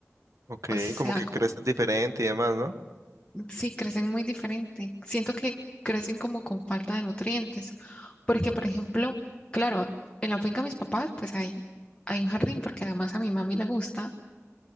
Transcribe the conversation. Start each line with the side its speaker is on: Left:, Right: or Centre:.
Right: Ok,
Left: o sea,
Right: como que
Left: co-
Right: crecen diferente y demás, ¿no?
Left: sí, crecen muy diferente. Siento que crecen como con falta de nutrientes, porque, por ejemplo, claro, en la finca de mis papás, pues hay, hay un jardín, porque además a mi mami le gusta